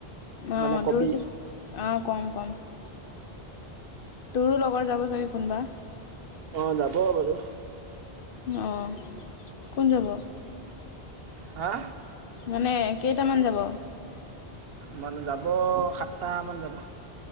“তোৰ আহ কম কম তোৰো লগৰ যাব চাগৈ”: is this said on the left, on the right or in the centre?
Left